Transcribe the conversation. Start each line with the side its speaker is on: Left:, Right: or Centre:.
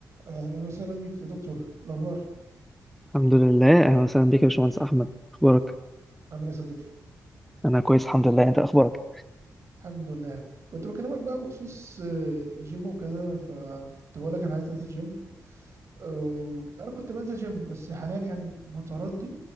Right: اهلا وسهلا بيك يا دكتور الاخبار
Centre: الحمد لله اهلا وسهلا بيك يا باشمهندس احمد اخبارك
Right: عامل ايه يا صديقي
Centre: انا كويس الحمد لله انت اخبارك
Right: الحمد لله كنت بكلمك بقى بخصوص آه، الجيم وكده فكنت بقول لك انا عايز انزل جيم آه، انا كنت بنزل جيم بس حاليا يعني متردد